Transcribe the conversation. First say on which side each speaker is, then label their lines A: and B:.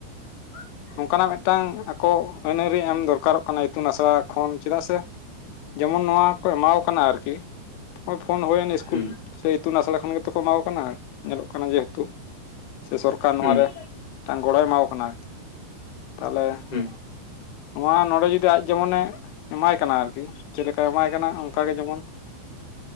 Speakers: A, on the left; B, on the left.
A: <inaudible>
B: ᱱᱚᱝᱠᱟᱱᱟᱜ ᱢᱤᱫᱴᱟᱝ ᱟᱠᱚ ᱟᱹᱱᱨᱤ ᱮᱢ ᱫᱚᱨᱠᱟᱨᱚᱜ ᱠᱟᱱᱟ ᱤᱛᱩᱱ ᱟᱥᱲᱟ ᱠᱷᱚᱱ ᱪᱮᱫᱟᱜ ᱥᱮ, ᱡᱮᱢᱚᱱ ᱱᱚᱣᱟ ᱠᱚ ᱮᱢᱟᱣ ᱠᱚ ᱠᱟᱱᱟ ᱟᱨᱠᱤ ᱱᱚᱜ ᱯᱷᱳᱱ ᱦᱩᱭᱮᱱ ᱤᱥᱠᱩᱞ
A: ᱦᱩᱸ
B: ᱥᱮ ᱤᱛᱩᱱ ᱟᱥᱲᱟ ᱠᱷᱚᱱ ᱜᱮᱛᱚ ᱠᱚ ᱮᱢᱟ ᱠᱟᱱᱟ ᱧᱮᱞᱚᱜ ᱠᱟᱱᱟ ᱡᱮᱦᱮᱛᱩ ᱥᱮ ᱥᱚᱨᱠᱟᱨ ᱱᱚᱣᱟᱨᱮ
A: ᱦᱩᱸ ᱦᱩᱸ
B: ᱢᱤᱫᱴᱟᱝ ᱜᱚᱲᱚᱭ ᱮᱢᱟᱣ ᱠᱚ ᱠᱟᱱᱟ ᱟᱨᱠᱤ ᱛᱟᱦᱚᱞᱮ
A: ᱦᱩ
B: ᱱᱚᱣᱟ ᱱᱚᱰᱮ ᱡᱩᱫᱤ ᱟᱡ ᱡᱮᱢᱚᱱᱮ ᱮᱢᱟᱭ ᱠᱟᱱᱟ ᱟᱨᱠᱤ ᱪᱮᱫᱠᱟᱭ ᱮᱢᱟᱭ ᱠᱟᱱᱟ᱾ ᱚᱱᱠᱟᱜ ᱜᱮ ᱡᱮᱢᱚᱱ